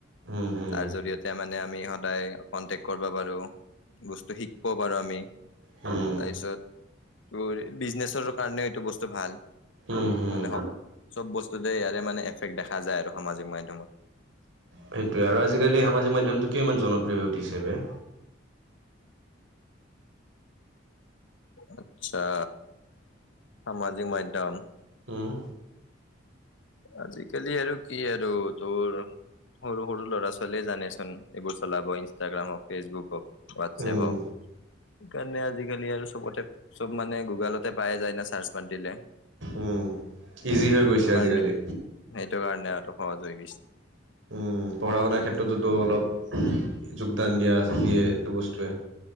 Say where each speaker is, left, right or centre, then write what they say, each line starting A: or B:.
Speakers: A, on the right; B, on the left.
A: হম হম
B: তাৰ জৰিয়তে মানে আমি সদায় কনটেকট কৰবা পাৰো। বস্তু শিকিব পাৰো আমি।
A: হম
B: তাৰপিছত তোৰ বিজনেচৰ কাৰণেও এইটো বস্তু ভাল।
A: উম হম
B: মানে স চব বস্তুতে ইয়াৰে মানে এফেক্ট দেখা যায় আৰু সামাজিক মাধ্যয়মত।
A: সেইটোৱে আৰু আজিকালি সামাজিক মাধ্যমটো কিয় ইমান জনপ্ৰিয় হৈ উঠিছে বে?
B: আটছা সামাজিক মাধ্যম।
A: উম
B: আজিকালি আৰু কি আৰু তোৰ সৰু সৰু ল'ৰা ছোৱালীয়ে জানেচোন এইবোৰ চলাব ইনষ্টাগ্ৰাম হওক, ফেচবুক হওক, হোৱাটছএপ
A: উম
B: হওক। সেইকাৰণে আজিকালি আৰু চবতে চব মানে গুগলতে পাইে যায় না চাৰ্চ মাত দিলে।
A: উম', ইজি হৈ
B: সেইটো
A: গৈছে
B: কাৰণে
A: আজিকালি।
B: সেইটো কাৰণে আৰুটো সহজ হৈ গৈছে
A: উম, পঢ়া শুনাৰ ক্ষেত্ৰততো অলপ যোগদান দিয়া দিয়ে। বস্তুৱে